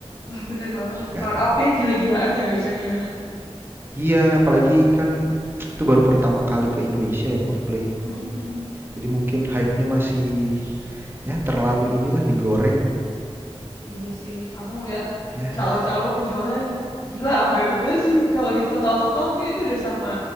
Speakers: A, on the left; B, on the right.
A: wah bener banget.
B: Nggak,
A: Markupnya gila-gilaan ya biasanya ya.
B: iya apalagi kan itu baru pertama kali ke Indonesia ya Coldplay.
A: Mm-mm, mm-mm.
B: Jadi mungkin hype-nya masih ya terlalu inilah digoreng.
A: Iya sih, aku ngeliat
B: Ya,
A: calo-calo ngejualnya gila sampai bener sih kalau di total-total mungkin itu udah sama